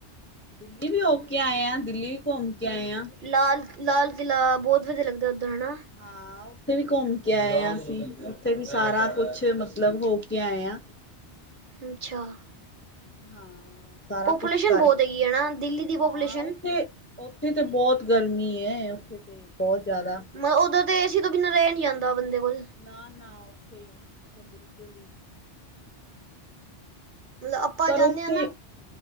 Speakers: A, on the left; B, on the right.
A: ਦਿੱਲੀ ਵੀ ਹੋ ਕੇ ਆਏ ਆ, ਦਿੱਲੀ ਵੀ ਘੁੰਮ ਕੇ ਆਏ ਆ।
B: ਲਾਲ-ਲਾਲ ਕਿਲ੍ਹਾ ਬੋਹਤ ਵਧੀਆ ਲੱਗਦਾ ਉੱਧਰ ਹੈਨਾ।
A: ਹਾਂ, ਉੱਥੇ ਵੀ ਘੁੰਮ ਕੇ ਆਏ ਆ ਅਸੀਂ ਉੱਥੇ ਵੀ ਸਾਰਾ ਕੁਛ ਮਤਲਬ ਹੋ ਕੇ ਆਏ ਆ।
B: ਅੱਛਾ।
A: ਹਾਂ, ਸਾਰਾ
B: ਪੋਪੂਲੇਸ਼ਨ
A: ਕੁਛ ਕਰ
B: ਬਹੁਤ ਹੈਗੀ ਹੈ ਨਾ ਦਿੱਲੀ ਦੀ ਪੋਪੂਲੇਸ਼ਨ
A: ਹਾਂ ਉੱਥੇ ਉੱਥੇ ਤੇ ਬੋਤ ਗਰਮੀ ਏ ਉੱਥੇ ਤੇ ਬੋਤ ਜਾਦਾ।
B: ਮ ਓਦੋਂ ਤੇ ਏਸੀ ਤੋਂ ਬਿਨਾ ਰਹਿ ਨੀ ਜਾਂਦਾ ਬੰਦੇ ਕੋਲ।
A: ਨਾ-ਨਾ, ਉੱਥੇ ਤਾ ਬਿਲਕੁਲ ਈ
B: ਮਤਲਬ ਆਪਾਂ
A: ਪਰ
B: ਜਾਂਦੇ
A: ਉੱਥੇ,
B: ਹਾਂ ਨਾ